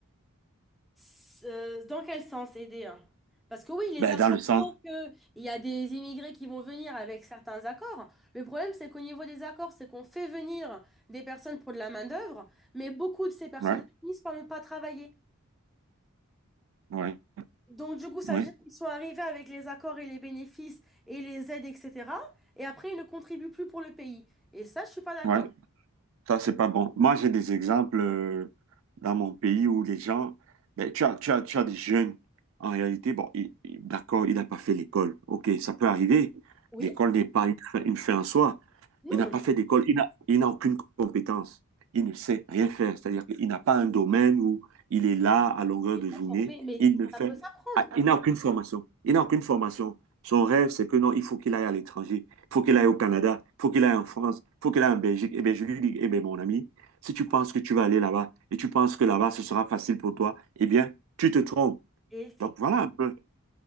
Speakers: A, in the centre; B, on the right.
A: S- euh, Dans quel sens aider? hein Parce que oui, les
B: Ben,
A: accords
B: dans le sens.
A: font que il y a des immigrés qui vont venir avec certains accords. Le problème, c'est qu'au niveau des accords, c'est qu'on fait venir des personnes pour de la main-d'œuvre, mais beaucoup de ces personnes-là
B: Ouais,
A: finissent par ne pas travailler.
B: ouais,
A: Donc, du coup, ça
B: ouais,
A: veut dire qu'ils sont arrivés avec les accords et les bénéfices et les aides, etc. Et après, ils ne contribuent plus pour le pays. Et ça, je suis pas d'accord.
B: ouais. Ça, c'est pas bon. Moi, j'ai des exemples euh, dans mon pays où les gens, ben, tu as, tu as, tu as des jeunes, en réalité, bon, il- il- d'accord, il n'a pas fait l'école. OK, ça peut arriver.
A: Oui?
B: L'école n'est pas une fin, une fin en soi.
A: Non,
B: Il n'a
A: non,
B: pas
A: non.
B: fait d'école, il n'a, il n'a aucune compétence. Il ne sait rien faire. C'est-à-dire qu'il n'a pas un domaine où il est là à longueur
A: Il n'est
B: de
A: pas
B: journée.
A: formé, mais il-
B: Il ne fait,
A: ça peut s'apprendre.
B: ah, il n'a aucune formation. Il n'a aucune formation. Son rêve, c'est que non, il faut qu'il aille à l'étranger faut qu'il aille au Canada, faut qu'il aille en France, faut qu'il aille en Belgique. Eh bien, je lui dis, eh bien, mon ami, si tu penses que tu vas aller là-bas et tu penses que là-bas, ce sera facile pour toi, eh bien, tu te trompes.
A: Et effectivement.
B: Donc, voilà un peu.